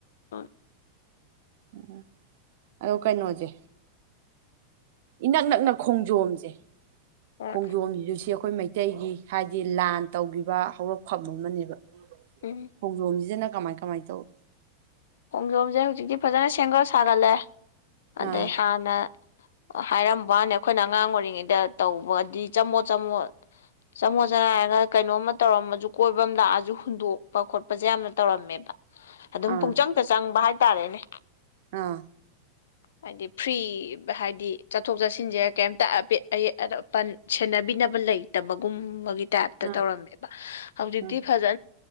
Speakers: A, on the left; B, on the right.
A: ꯑꯣꯏ
B: ꯎꯝ ꯑꯗꯣ ꯀꯩꯅꯣꯁꯦ ꯏꯅꯛ ꯅꯛꯅ ꯈꯣꯡꯖꯣꯝꯁꯦ
A: ꯍꯣꯏ
B: ꯈꯣꯡꯖꯣꯝꯗꯨꯁ ꯑꯩꯈꯣꯏ ꯃꯩꯇꯩ ꯃꯇꯩꯒꯤ ꯍꯥꯏꯗꯤ ꯂꯥꯟ ꯇꯧꯈꯤꯕ ꯍꯧꯔꯛꯐꯝ ꯑꯃꯅꯦꯕ
A: ꯎꯝ
B: ꯈꯣꯡꯖꯣꯝꯁꯤꯅ ꯀꯃꯥꯏ ꯀꯃꯥꯏꯅ ꯇꯧꯏ
A: ꯈꯣꯡꯖꯣꯝꯁꯦ ꯍꯧꯖꯤꯛꯇꯤ ꯐꯖꯅ ꯁꯦꯝꯒꯠ ꯁꯥꯒꯠꯂꯦ ꯑꯗꯩ
B: ꯑꯥ
A: ꯍꯥꯟꯅ ꯍꯥꯏꯔꯝꯕꯅꯦ ꯑꯩꯈꯣꯏꯅ ꯑꯉꯥꯡ ꯑꯣꯏꯔꯤꯉꯩꯗ ꯇꯧꯕꯗꯤ ꯆꯝꯃꯣꯠ ꯆꯝꯃꯣꯠ ꯆꯃꯣꯠ ꯆꯅꯥ ꯍꯥꯏꯔꯒ ꯀꯩꯅꯣꯝꯃ ꯇꯧꯔꯝꯃꯁꯨ ꯀꯣꯏꯕ ꯑꯃ ꯂꯥꯛꯑꯁꯨ ꯍꯨꯟꯗꯣꯛꯄ ꯈꯣꯠꯄꯁꯦ ꯌꯥꯝꯅ ꯇꯧꯔꯝꯃꯦꯕ ꯑꯗꯨꯝ
B: ꯑꯥ
A: ꯄꯨꯡꯆꯪꯗ ꯆꯪꯕ ꯍꯥꯏꯇꯥꯔꯦꯅꯦ
B: ꯑꯥ
A: ꯍꯥꯏꯗꯤ ꯐ꯭ꯔꯤ ꯍꯥꯏꯗꯤ ꯆꯠꯊꯣꯛ ꯆꯠꯁꯤꯟꯁꯦ ꯀꯩꯝꯇ ꯑꯠ ꯑꯌꯦꯠ ꯑꯄ ꯁꯦꯟꯅꯕꯤꯅꯕ ꯂꯩꯇꯕꯒꯨꯝꯕꯒꯤ ꯇꯥꯏꯞꯇ
B: ꯎꯝ
A: ꯇꯧꯔꯝꯃꯦꯕ ꯍꯧꯖꯤꯛꯇꯤ
B: ꯎꯝ
A: ꯐꯖ